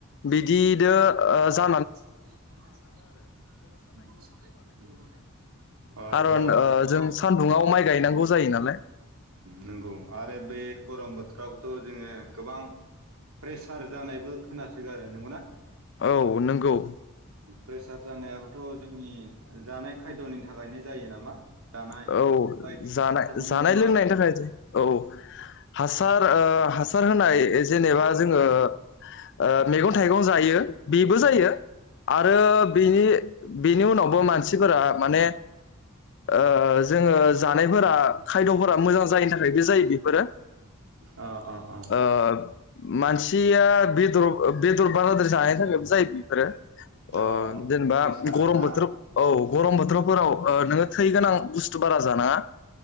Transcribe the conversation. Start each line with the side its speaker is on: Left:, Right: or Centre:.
Left: बिदिदो ओ जा
Right: <unintelligible> खर' सानाय गोबानाय अ
Left: खारन
Right: गरम
Left: ओ
Right: बोथोराव
Left: जों सानदुंङाव माइ गाय नांगौ जायो नालाय
Right: नंगौ आरो बे गरम बोथोरावबोथ' जोङो गोबां प्रेसार जानायबो खोनासो गारो नोंगौ ना?
Left: औ नोंगौ
Right: प्रेसार जानायाबोथ' जोंनि जानाय खायद'नि थाखायनो जायो नामा? जानाय
Left: औ
Right: बायदि
Left: जानाय
Right: हासारनि
Left: जानाय
Right: मुवाफोर
Left: लोंनायनि थाखाय
Right: जानाय
Left: औ हासार ओ हासार होनाय जेनेबा जोङो ओ मेगं थाइगं जायो बेबो जायो। आरो बिनि बिनि उनावबो मानसिफोरा माने ओ ओ जोङो जानायफोरा खायद'फोरा मोजां जायिनि थाखायबो जायो बेफोरो
Right: अ अ अ
Left: ओ मानसिया बेदर बेदर बाराद्राय जानायनि थाखायबो जायो बेफोरो ओ
Right: अ
Left: जेनेबा
Right: प्रेसारा
Left: गरम
Right: ना
Left: बोथोर औ गरम बोथोरफोराव ओ नोङो थैगोन आं बुसथु बारा जानाङा